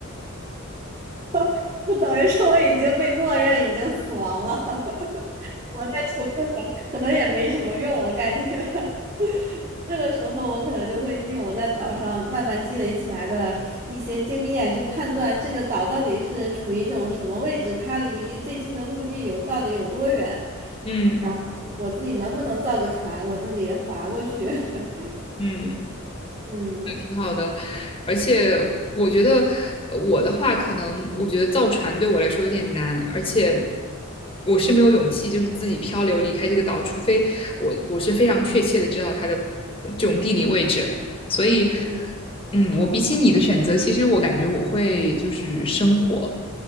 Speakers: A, on the right; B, on the left.
A: <laughs> 就等于说我已经被默认已经死亡了。我在求救了可能也没什么用，我感觉 <laughs> 这个时候我可能就会利用我在岛上慢慢积累起来的一些经验，就判断这个岛到底是处于一种什么位置，它离最近的陆地有到底有多远，
B: 嗯
A: 然后我自己能不能造个船，我自己划过去。<laughs>
B: 嗯。
A: 嗯
B: 挺好的，而且我觉得呃我的话，可能我觉得造船对我来说有点难，而且我是没有勇气，就是自己漂流离开这个岛，除非我我是非常确切的知道它的这种地理位置。所以，
A: 嗯
B: 嗯，我比起你的选择，其实我感觉我会就是生活。